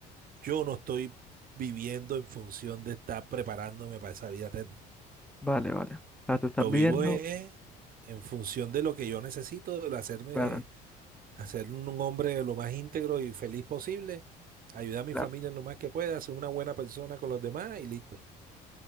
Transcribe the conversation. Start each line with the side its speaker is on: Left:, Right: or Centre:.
Right: yo no estoy viviendo en función de estar preparándome para esa vida eterna.
Centre: vale, vale. O sea, tú estás
Right: Yo
Centre: viviendo,
Right: vivo eh, en función de lo que yo necesito, de hacerme
Centre: claro,
Right: hacer un hombre lo más íntegro y feliz posible, ayudar a mi
Centre: claro.
Right: familia en lo más que pueda, ser una buena persona con los demás y listo.